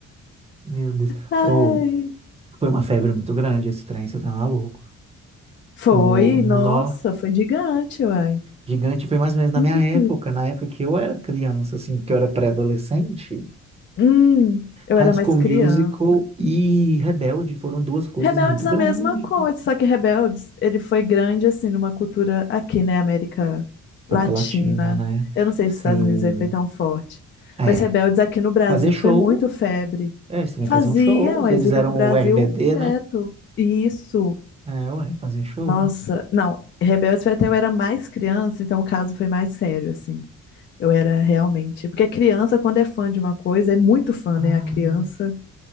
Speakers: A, on the right; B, on the left.
A: Meu Deus.
B: Ai,
A: Ou Foi uma febre muito grande esse trem, você tá maluco.
B: foi,
A: O nó
B: nossa, foi gigante, uai.
A: gigante foi mais ou menos na
B: Ih,
A: minha época, na época que eu era criança, assim, que eu era pré-adolescente.
B: Hum, eu
A: High
B: era
A: School
B: mais criança.
A: Musical e Rebelde foram duas coisas
B: Rebeldes
A: muito
B: é
A: grandes
B: a mesma coisa,
A: na
B: só que Rebeldes, ele foi grande, assim, numa cultura aqui, né, América
A: América
B: Latina.
A: Latina, né?
B: Eu não sei
A: Assim,
B: se os Estados Unidos é feito tão forte,
A: é.
B: mas Rebeldes aqui no Brasil
A: Fazer show,
B: foi muito febre.
A: é, eles também
B: Faziam,
A: faziam shows,
B: eles
A: eles
B: vinham
A: eram
B: pro Brasil
A: o RBD,
B: direto.
A: né?
B: E isso,
A: É, ué, fazer show.
B: nossa, não, Rebeldes foi até eu era mais criança, então o caso foi mais sério, assim. Eu era realmente, porque criança, quando é fã de uma coisa, é muito fã,
A: Ah,
B: né? A criança